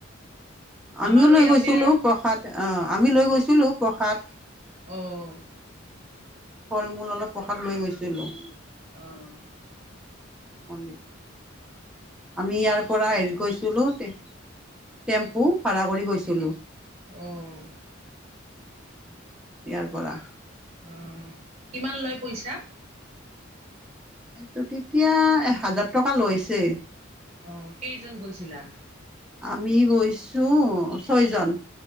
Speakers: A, in the centre; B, on the right (about 35°).
A: আমিও
B: আমাৰো
A: লৈ
B: ইয়াতে
A: গৈছিলো প্ৰসাদ অ' আমি লৈ গৈছিলো প্ৰসাদ
B: অ'
A: ফল -মূল অলপ প্ৰসাদ লৈ গৈছিলো।
B: অ'
A: মন্দিৰ আমি ইয়াৰ পৰা হেৰিত গৈছিলোঁ টেম টেম্পু ভাড়া কৰি গৈছিলোঁ। ইয়াৰ
B: অ', অ'।
A: পৰা।
B: অম কিমান লয় পইচা?
A: তে তেতিয়া এ হাজাৰ টকা লৈছে।
B: অ', কেইজন গৈছিলা?
A: আমি গৈছোঁ ছয় জন।